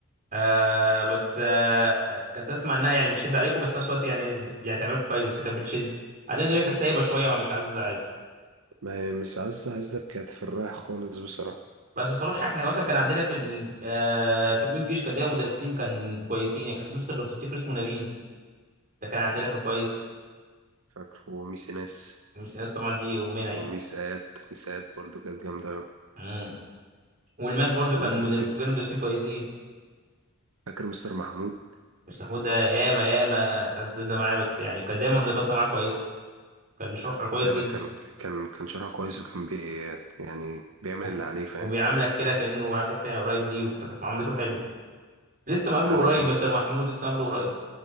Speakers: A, on the right (about 40°); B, on the right (about 70°).
A: آه بس آه آه، كنت اسمع انها يعني بتشد عليكم بس في نفس الوقت يعني بت يعني تعملكم كويس بس كانت بتشد بعدين دي كانت سايبة
B: بس
A: شوية مع ميس عزة عزة
B: ما مش عزة عزة كانت في الرايح خالص بصراحة
A: بس الصراحة احنا مثلا كان عندنا في ال آه في الانجليش كان دايما مدرسين كان كويسين يعني كان في مستر لو تفتكر اسمه نبيل ده كان عندنا كان كويس
B: فاكر وميس ناس
A: ميس انس طبعا دي امنا يعني
B: وميس آيات ميس آيات برضو كانت جامدة أوي.
A: مم. والماس برضو
B: طب
A: كان
B: انت
A: مدر-
B: فاكر
A: كانوا مدرسين كويسين
B: فاكر مستر محمود
A: مستر حمود ده ياما ياما اتعذبنا معاه بس يعني كان دايما درجاتنا معاه كويس كان بيشرح كويس
B: لا
A: جدا
B: لا كان كان كان شرحه كويس وكان بي يعني بيعمل
A: و-
B: اللي عليه فاهم
A: وبيعاملك كده كأنه عارف انت قريب ليه وكانت معاملته حلوه لسه مقابله
B: لا
A: قريب
B: انا كان
A: مستر محمود لسه مقابله قريب